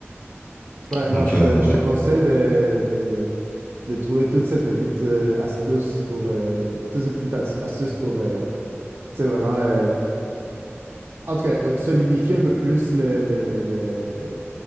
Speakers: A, on the right; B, on the left.
A: Ouais,
B: Donc,
A: non, je,
B: euh,
A: te je te
B: ouais.
A: conseille de, de- de trouver toutes ces petites euh, astuces pour, euh, toutes ces petites as- astuces pour, euh, tu sais, vraiment euh, En tout cas, euh, solidifier un peu plus le, le- le- le-